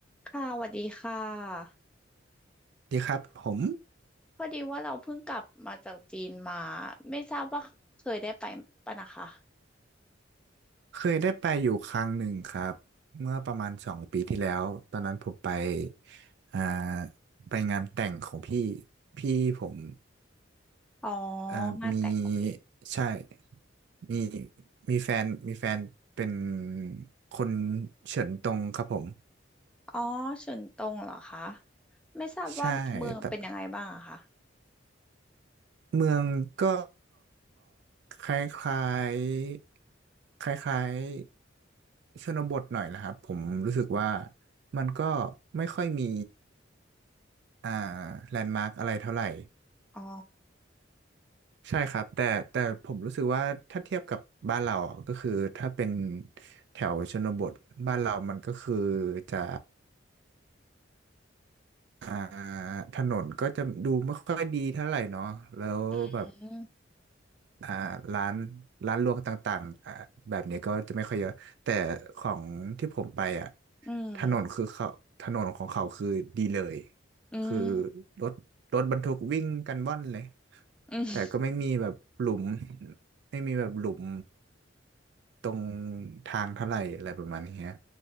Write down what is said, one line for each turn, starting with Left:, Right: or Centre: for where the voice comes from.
Centre: ค่ะสวัสดีค่ะ
Right: ดีครับผม
Centre: พอดีว่าเราเพิ่งกลับมาจากจีนมา ไม่ทราบว่าเคยได้ไปปะนะคะ
Right: เคยได้ไปอยู่ครั้งหนึ่งครับเมื่อประมาณสองปีที่แล้วตอนนั้นผมไปอ่าไปงานแต่งของพี่พี่ผม
Centre: อ๋อ
Right: อ่ามี
Centre: งานแต่งของพี่
Right: ใช่มีมีแฟนมีแฟนเป็นคนเฉินตงครับผม
Centre: อ๋อเฉินตงเหรอคะไม่ทราบว่าเมืองเป็นยังไงบ้างอะคะ
Right: ใช่แต่ เมืองก็คล้ายๆคล้ายๆชนบทหน่อยนะครับผมรู้สึกว่ามันก็ไม่ค่อยมีอ่าแลนด์มาร์กอะไรเท่าไหร่
Centre: อ๋อ
Right: ใช่ครับแต่แต่ผมรู้สึกว่าถ้าเทียบกับบ้านเราอ่ะก็คือถ้าเป็นแถวชนบทบ้านเรามันก็คือจะอ่าถนนก็จะดูไม่ค่อยดีเท่าไหร่เนาะแล้วแบบ
Centre: อืม
Right: อ่าร้านร้านรวงต่างๆอ่าแบบนี้ก็จะไม่ค่อยเยอะแต่ของที่ผมไปอ่ะ
Centre: อืม
Right: ถนนคือเขาถนนของเขาคือดีเลย
Centre: อืม
Right: คือรถรถบรรทุกวิ่งกันว่อนเลย
Centre: อืม
Right: แต่ก็ไม่มีแบบหลุม ไม่มีแบบหลุมตรงทางเท่าไหร่อะไรประมาณนี้ฮะ